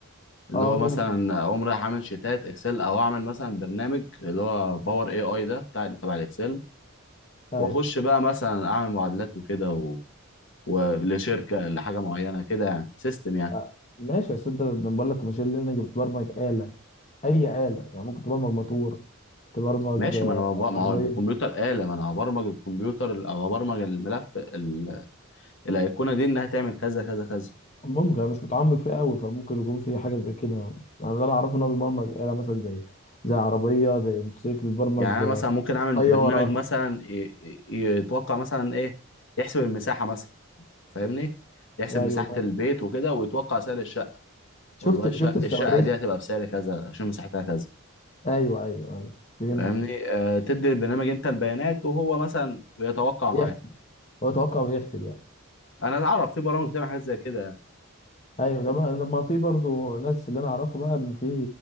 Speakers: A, on the left; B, on the left.
A: اللي
B: اه
A: هو
B: ممكن
A: مثلا اقوم رايح اعمل شيتات اكسل او اعمل مثلا برنامج اللي هو باور اي اي ده بتاع تبع الاكسل
B: أيوة.
A: واخش بقى مثلا اعمل معادلات وكده و... ولشركه لحاجه معينه كده يعني سيستم يعني
B: آه، ماشي بس انت لما بقول لك ماشين ليرنينج بتبرمج آلة أي آلة يعني ممكن تبرمج موتور تبرمج
A: ماشي
B: آه،
A: ما انا ببقى
B: عربية
A: ما هو الكمبيوتر آلة ما انا هبرمج الكمبيوتر او هبرمج الملف ال... الايقونه دي انها تعمل كذا كذا كذا
B: ممكن أنا مش متعمق فيه قوي فممكن يكون في حاجة زي كده يعني اللي أنا أعرفه إن هو بيبرمج آلة مثلا زي زي عربية زي موتوسيكل بيبرمج
A: يعني
B: آه،
A: انا مثلا ممكن اعمل
B: طيارة
A: برنامج مثلا ي... ي- يتوقع مثلا ايه يحسب المساحه مثلا فاهمني يحسب
B: أيوه
A: مساحه
B: ماشي
A: البيت وكده ويتوقع سعر الشقه
B: شفت
A: والله الشقة
B: شفت الصواريخ
A: الشقة دي هتبقى بسعر كذا عشان مساحتها كذا
B: أيوه أيوه أيوه فهمت
A: فاهمني آه تدي البرنامج انت البيانات وهو مثلا بيتوقع
B: يحسب
A: معاه
B: هو توقع ويحسب يعني
A: انا اعرف في برامج بتعمل حاجات زي كده يعني
B: ايوه ده بقى لما في برضو ناس اللي انا اعرفه بقى اللي في